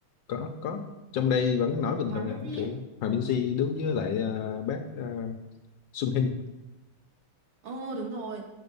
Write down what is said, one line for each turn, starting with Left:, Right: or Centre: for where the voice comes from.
Left: có có trong đây vẫn nói bình
Right: Hòa
Left: thường
Right: Minzy
Left: à kiểu
Right: ấy.
Left: Hòa Minzy đứng với lại ờ, bác ờ, Xuân Hinh
Right: Ồ đúng rồi